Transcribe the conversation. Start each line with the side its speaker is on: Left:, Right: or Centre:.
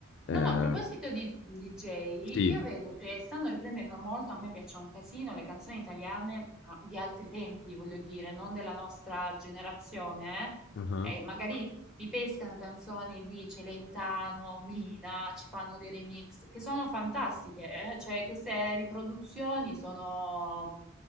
Left: Eh,
Centre: No, ma a proposito di DJ,
Left: sì.
Centre: io vedo che stanno riprendendo molto, a me piacciono un casino, le canzoni italiane ma di altri tempi, voglio dire, non della nostra generazione.
Left: uh-huh.
Centre: eh. E magari ripescano canzoni di Celentano, Mina, ci fanno dei remix, che sono fantastiche, eh. Cioè queste riproduzioni sono...